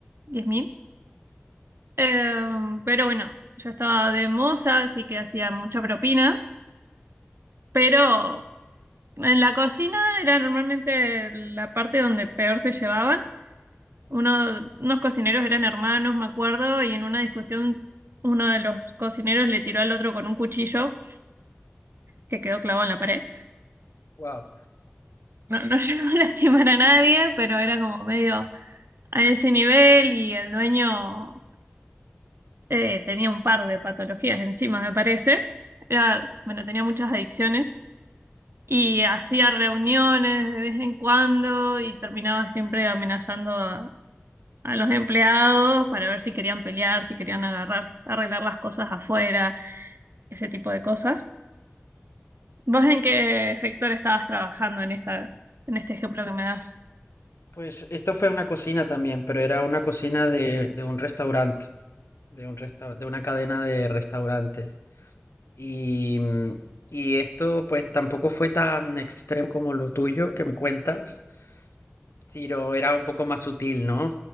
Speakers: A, on the right; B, on the left.
A: 10 mil. Em, pero bueno, yo estaba de moza, así que hacía mucha propina, pero en la cocina era normalmente la parte donde peor se llevaban. Uno, unos cocineros eran hermanos, me acuerdo, y en una discusión uno de los cocineros le tiró al otro con un cuchillo que quedó clavado en la pared.
B: Wow.
A: no, no <laughs> llegó a lastimar a nadie, pero era como medio a ese nivel y el dueño eh, tenía un par de patologías encima, me parece. Era, bueno, tenía muchas adicciones y hacía reuniones de vez en cuando y terminaba siempre amenazando a, a los empleados para ver si querían pelear, si querían agarrar, arreglar las cosas afuera, ese tipo de cosas. ¿Vos en qué sector estabas trabajando en esta, en este ejemplo que me das?
B: Pues esto fue una cocina también, pero era una cocina de, de un restaurante, de un resta- de una cadena de restaurantes. Y, mm, y esto pues tampoco fue tan extremo como lo tuyo que me cuentas, Ciro era un poco más sutil, ¿no?